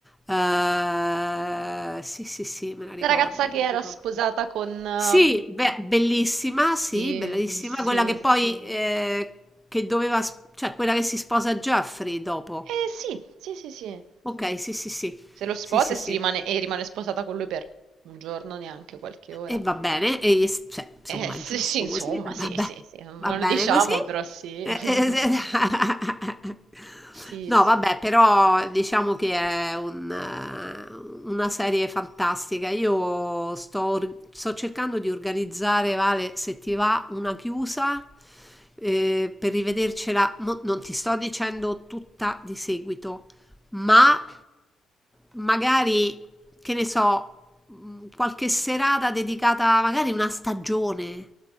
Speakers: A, in the centre; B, on the right.
A: eh, sì, sì, sì, me la ricordo,
B: La ragazza che
A: me
B: era
A: la ricordo.
B: sposata con... eh,
A: Sì, beh, bellissima,
B: Sì,
A: sì, bellissima,
B: sì.
A: quella che poi, eh, che doveva, sp- cioè quella che si sposa Jeffrey dopo.
B: Eh sì, sì, sì, sì.
A: Ok, sì, sì, sì,
B: Se lo sposa
A: sì, sì,
B: e,
A: sì.
B: si rimane, e rimane sposata con lui per un giorno, neanche qualche ora.
A: E va bene, e, s- cioè, insomma,
B: Eh, sì,
A: è giusto
B: sì, insomma,
A: così, <laughs> va
B: sì,
A: va bene,
B: sì, sì, non
A: va bene
B: lo diciamo,
A: così.
B: però sì.
A: Eh,
B: <laughs>
A: eh, se-
B: Sì,
A: <laughs> No,
B: sì.
A: vabbè, però diciamo che è un, eh, una serie fantastica. Io sto, or- sto cercando di organizzare, Vale, se ti va, una chiusa eh, per rivedercela. Mo- non ti sto dicendo tutta di seguito, ma magari che ne so, mh, qualche serata dedicata magari una stagione